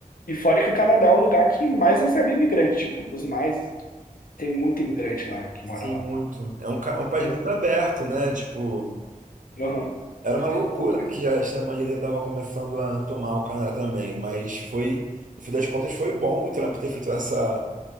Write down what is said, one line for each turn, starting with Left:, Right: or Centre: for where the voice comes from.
Left: E fora que o Canadá é o lugar que mais recebe imigrante, tipo, um dos mais. Tem muito imigrante lá que
Right: Sim,
Left: mora lá.
Right: muito. É um, ca- um
Left: Mas.
Right: país muito aberto, né? Tipo,
Left: Uhum.
Right: era uma loucura
Left: Então,
Right: que a extrema-direita estava começando a tomar o Canadá também, mas foi, no fim das contas, foi bom o Trump ter feito essa